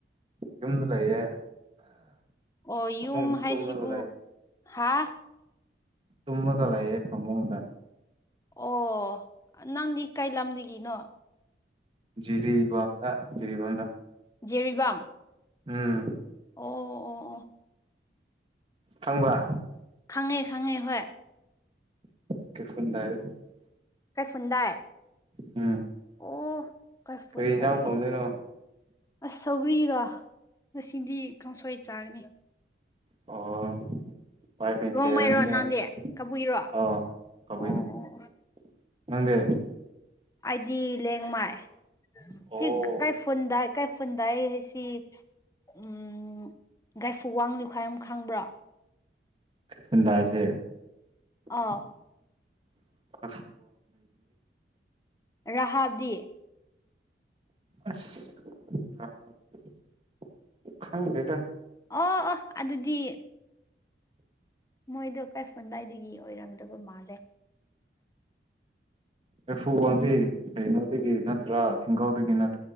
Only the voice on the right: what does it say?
ꯌꯨꯝꯗ ꯂꯩꯌꯦ
ꯑꯃꯨꯡ
<unintelligible>
ꯇꯨꯝꯃꯒ ꯂꯩꯌꯦ ꯐꯥꯃꯨꯡꯗ
ꯖꯤꯔꯤꯕꯥꯝꯗ ꯖꯤꯔꯤꯕꯥꯝꯗ
ꯎꯝ
ꯈꯪꯕ꯭ꯔ
<unintelligible>
ꯎꯝ
ꯀꯔꯤ ꯌꯦꯟꯖꯥꯡ ꯊꯣꯡꯗꯣꯏꯅꯣ
ꯑꯣ <unintelligible>
ꯅꯪꯗꯤ
ꯑꯣ
ꯀꯩꯐꯨꯟꯗꯥꯏꯁꯦ
<unintelligible>
ꯑꯁ <unintelligible> ꯈꯪꯗꯦꯗ
ꯔꯐꯨ ꯋꯥꯟꯗꯤ ꯀꯩꯅꯣꯗꯒꯤ ꯅꯠꯇ꯭ꯔꯥ ꯊꯤꯡꯒꯥꯎꯗꯒꯤ ꯅꯠ